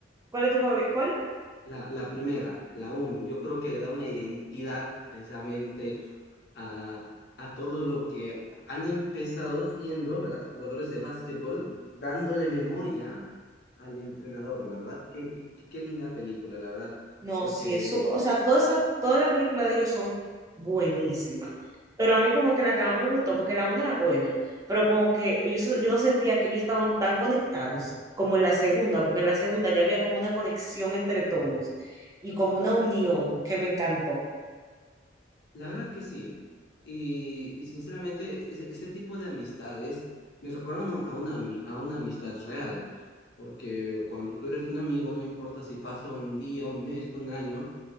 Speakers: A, on the right (about 20°); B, on the left (about 60°).
A: ¿Cuál es tu favorita? ¿Cuál?
B: La, la primera, la uno. Yo creo que le da una identidad precisamente a, a todo lo que han empezado siendo, ¿verdad? Jugadores de básquetbol, dándole memoria al entrenador, ¿verdad? Qué, qué- qué linda película, la verdad,
A: No,
B: porque
A: sí, es súper. O sea, todas esa, todas las películas de ellos son buenísimas. Pero a mí, como que la que más me gustó, porque la una era buena, pero como que ellos, yo no sentía que ellos estaban tan conectados como en la segunda, porque en la segunda ya había como una conexión entre todos y como una unión que me encantó.
B: la verdad que sí. Y, y sinceramente, e- ese- este tipo de amistades me recuerdan a una, ami- a una amistad real, porque cuando tú eres un amigo, no importa si pasa un día, un mes, un año,